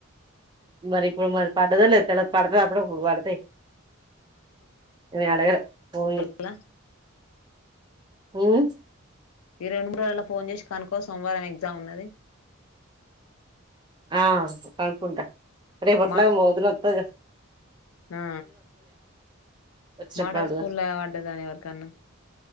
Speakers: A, on the right (about 20°); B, on the left (about 85°).
A: మరి ఇప్పుడు మరి పడ్డదో లేదో తెలవద్ పడుతదప్పుడప్పుడు పడతాయి నేన్ అడగలే పోనీ
B: ఒకసాల
A: మ్
B: ఈ రెండు మూడు రోజులో ఫోన్ చేసి కనుకో సోమవారం ఎగ్జామ్ ఉన్నది
A: ఆ కనుకుంటా రేపెట్లాగో
B: మాల్ స్కూల్
A: మా వదినొత్తది కదా
B: ఆ
A: వచ్చినప్పుడు
B: మోడల్
A: అడుగుదాం
B: స్కూల్లా పడ్డదా ఎవరికన్నా